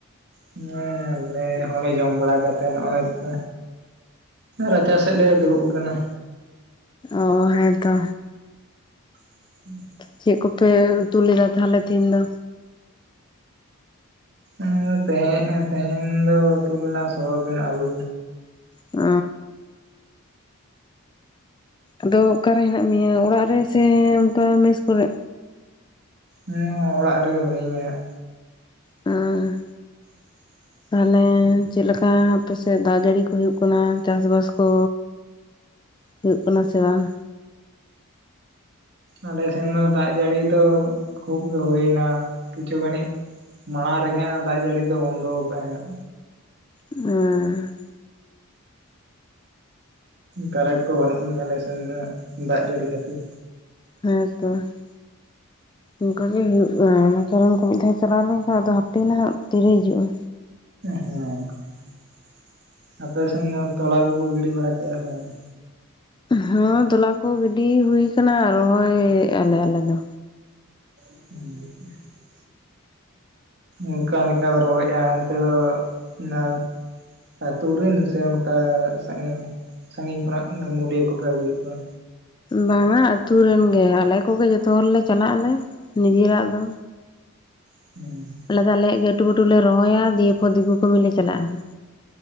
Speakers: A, on the right; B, on the left.
A: ᱦᱮᱸ ᱟᱞᱮ ᱦᱚᱸᱞᱮ ᱡᱚᱢ ᱵᱟᱲᱟ ᱠᱟ ᱱᱚᱜᱼᱚᱭ ᱛᱚ ᱨᱟᱪᱟ ᱥᱮᱫ ᱞᱮ ᱫᱩᱲᱩᱵ ᱟᱠᱟᱱᱟ᱾
B: ᱚᱻ ᱦᱮᱸᱛᱚ᱾
A: <inaudible>
B: ᱪᱮᱫ ᱠᱚᱯᱮ ᱩᱛᱩ ᱞᱮᱫᱟ ᱛᱟᱦᱞᱮ ᱛᱮᱦᱮᱧ ᱫᱚ?
A: ᱩᱸ ᱛᱟᱦᱮᱸ ᱛᱟᱦᱮᱧ ᱫᱚ ᱩᱛᱩ ᱞᱮᱱᱟ ᱥᱚᱣᱟᱵᱤᱱ ᱟᱞᱩ᱾
B: ᱚᱻ ᱟᱫᱚ ᱚᱠᱟᱨᱮ ᱦᱮᱱᱟᱜ ᱢᱮᱭᱟ ᱚᱲᱟᱜ ᱨᱮ ᱥᱮ ᱚᱱᱠᱟ ᱢᱮᱥ ᱠᱚᱨᱮ?
A: ᱦᱮᱸ ᱚᱲᱟᱜ ᱨᱮᱜᱮ ᱢᱤᱱᱟᱹᱧᱟ ᱦᱟᱜ᱾
B: ᱦᱚᱸ᱾
A: <unintelligible>
B: ᱛᱟᱦᱚᱞᱮ ᱪᱮᱫ ᱞᱮᱠᱟ ᱟᱯᱮ ᱥᱮᱫ ᱫᱟᱜ ᱡᱟᱹᱲᱤ ᱠᱚ ᱦᱩᱭᱩᱜ ᱠᱟᱱᱟ ᱪᱟᱥ ᱵᱟᱥ ᱠᱚ? ᱦᱩᱭᱩᱜ ᱠᱟᱱᱟ ᱥᱮ ᱵᱟᱝ?
A: ᱟᱞᱮᱥᱮᱱ ᱫᱚ ᱫᱟᱜ ᱡᱟᱹᱲᱤ ᱫᱚ ᱠᱷᱩᱵ ᱜᱮ ᱦᱩᱭ ᱮᱱᱟ ᱠᱤᱪᱷᱩ ᱜᱟᱱᱤᱡ ᱢᱟᱲᱟᱝ ᱨᱮᱜᱮ ᱦᱟᱸᱜ ᱫᱟᱜ ᱡᱟᱹᱲᱤ ᱫᱚ ᱵᱚᱱᱫᱚ ᱟᱠᱟᱫᱟᱭ ᱦᱟᱜ᱾
B: ᱚᱸᱻ
A: ᱠᱟᱨᱮᱱᱴ ᱠᱚ ᱵᱟᱹᱱᱩᱜ ᱟᱹᱱᱤᱡ ᱟᱞᱮ ᱥᱮᱱ ᱫᱚ ᱫᱟᱜ ᱡᱟᱹᱲᱤ ᱠᱷᱟᱹᱛᱤᱨ᱾
B: ᱦᱮᱸ ᱛᱚ ᱾ ᱚᱱᱠᱟ ᱜᱮ ᱦᱩᱭᱩᱜ-ᱟ ᱚᱱᱟ ᱠᱟᱨᱮᱱ ᱠᱚ ᱢᱤᱫ ᱫᱷᱟᱣ ᱪᱟᱞᱟᱣ ᱞᱮᱱᱠᱷᱟᱱ ᱟᱫᱚ ᱦᱟᱯᱮ ᱱᱟᱦᱟᱜ ᱛᱤᱨᱮ ᱦᱤᱡᱩᱜ-ᱟ᱾
A: ᱦᱮᱸ ᱾ <inaudible> ᱟᱯᱮ ᱥᱮᱱ ᱫᱚ ᱛᱚᱞᱟ ᱠᱚᱠᱚ ᱜᱤᱰᱤ ᱵᱟᱲᱟ ᱠᱮᱫ-ᱟ ᱥᱮ ᱵᱟᱝ?
B: ᱦᱮᱸ ᱛᱚᱞᱟ ᱠᱚ ᱜᱤᱰᱤ ᱦᱩᱭ ᱟᱠᱟᱱᱟ ᱨᱚᱦᱚᱭᱮᱜ ᱟᱞᱮ ᱟᱞᱮ ᱫᱚ᱾
A: ᱦᱮᱸ᱾ ᱚᱱᱠᱟ ᱞᱮᱠᱟᱢ ᱨᱚᱦᱚᱭᱮᱜ-ᱟ ᱚᱱᱛᱮ ᱫᱚ <unintelligible> ᱟᱛᱩ ᱨᱮᱱ ᱥᱮ ᱚᱱᱠᱟ ᱥᱟᱺᱜᱤᱧ ᱥᱟᱺᱜᱤᱧ ᱠᱷᱚᱱᱟᱜ ᱢᱩᱞᱭᱟᱹ ᱠᱚᱯᱮ ᱟᱹᱜᱩᱭᱮᱫ ᱠᱚᱣᱟ?
B: ᱵᱟᱝᱟ ᱟᱛᱳ ᱨᱮᱱ ᱜᱮ ᱟᱞᱮ ᱠᱚᱜᱮ ᱡᱚᱛᱚ ᱦᱚᱲᱞᱮ ᱪᱟᱞᱟᱜ ᱟᱞᱮ ᱱᱤᱡᱮᱨᱟᱜ ᱫᱚ᱾
A: ᱦᱩᱸ ᱾
B: ᱟᱞᱮ ᱫᱚ ᱟᱞᱮᱭᱟᱜ ᱜᱮ ᱟᱴᱩ ᱯᱟᱴᱩ ᱞᱮ ᱨᱚᱦᱚᱭᱟ ᱫᱤᱭᱮ ᱯᱚᱨ ᱫᱤᱠᱩ ᱠᱟᱹᱢᱤ ᱞᱮ ᱪᱟᱞᱟᱜ-ᱟ ᱾